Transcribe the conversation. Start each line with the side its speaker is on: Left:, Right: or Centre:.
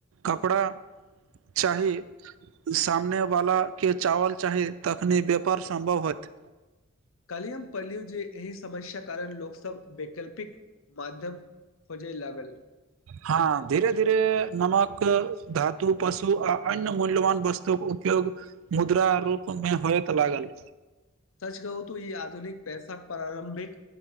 Right: कपड़ा चाही सामनेवाला के चावल चाही तखन व्यापार सम्भव होयत
Left: कल्हि हम पढ़लियो जे एहि समस्या कारण लोक सब वैकल्पिक माध्यम खोजे लागल
Right: हँ धीरे धीरे नमक धातु पशु आ अन्य मूल्यवान वस्तुक उपयोग मुद्रा रूप मे होयत लागल
Left: सच कहू तू ई आधुनिक पैसाक प्रारम्भिक